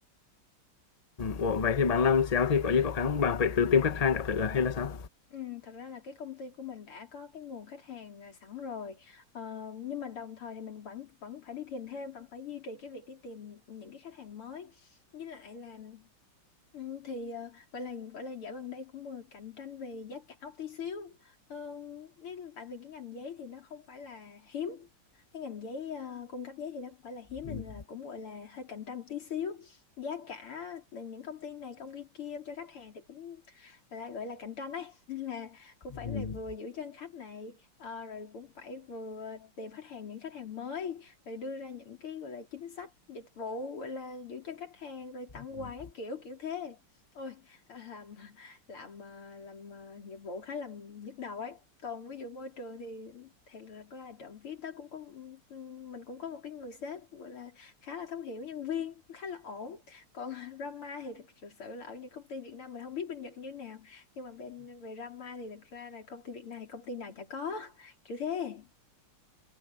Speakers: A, on the left; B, on the left.
A: Ủa, vậy thì bạn làm sale thì có gì khó khăn không? Bạn phải tự tìm khách hàng các thứ à, hay là sao?
B: Ừ, thật ra là cái công ty của mình đã có cái nguồn khách hàng à, sẵn rồi ờ, nhưng mà đồng thời thì mình vẫn vẫn phải đi tìm thêm vẫn phải duy trì cái việc đi tìm những cái khách hàng mới với lại là Ừ, thì ờ, gọi là gọi là dạo gần đây cũng vừa cạnh tranh về giá cả một tí xíu Ờ, cái tại vì cái ngành giấy thì nó không phải là hiếm cái ngành giấy ờ, cung cấp giấy thì nó không phải là hiếm nên
A: Ừm,
B: là cũng gọi là hơi cạnh tranh một tí xíu giá cả từ những công ty này công ty kia cho khách hàng thì cũng là gọi là cạnh tranh đấy <laughs> nên là cũng phải
A: ừm,
B: là vừa giữ chân khách này ờ, rồi cũng phải vừa tìm khách hàng những khách hàng mới rồi đưa ra những cái gọi là chính sách dịch vụ gọi là giữ chân khách hàng rồi tặng
A: ừm,
B: quà các kiểu kiểu thế ôi à, làm làm à, làm à, nghiệp vụ khá là nhức đầu ấy còn ví dụ môi trường thì thật ra là trộm vía tớ cũng có ừm, mình cũng có một cái người sếp gọi là khá là thấu hiểu nhân viên khá là ổn còn <laughs> drama thì thật sự sự là ở những công ty Việt Nam mình không biết bên Nhật như thế nào nhưng mà bên về drama thì thật ra là công ty Việt Nam thì công ty nào chả có kiểu thế